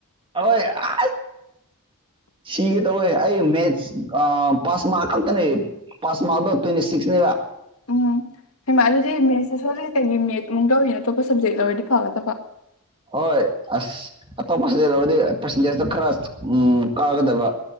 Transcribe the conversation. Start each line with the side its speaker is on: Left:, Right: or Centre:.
Right: ꯍꯣꯏ ꯑ ꯁꯤꯒ ꯇꯧꯋꯦ ꯑꯩ ꯃꯦꯠ ꯄꯥꯁ ꯃꯥꯉ ꯈꯛꯇꯅꯦ ꯄꯥꯁ ꯃꯥꯗꯣ ꯇ꯭ꯋꯦꯟꯇꯤ ꯁꯤꯛꯁꯅꯤꯕ
Left: ꯎꯝ ꯍꯩ ꯃꯥ ꯑꯗꯨꯗꯤ ꯃꯦꯠꯁ ꯁꯣꯖꯤꯛ ꯀꯩꯒꯤ ꯃꯦꯠꯁꯃꯨꯛ ꯇꯧꯔꯤꯅꯣ ꯑꯇꯣꯞꯄ ꯁꯞꯖꯦꯛ ꯂꯗꯤ ꯐꯥꯕꯗ ꯐ
Right: ꯍꯣꯏ ꯑꯁ ꯑꯇꯣꯞꯄꯇ ꯂꯧꯔꯗꯤ ꯄꯥꯔꯁꯦꯟꯇꯦꯖꯇꯣ ꯈꯔ ꯎ ꯀꯥꯒꯗꯕ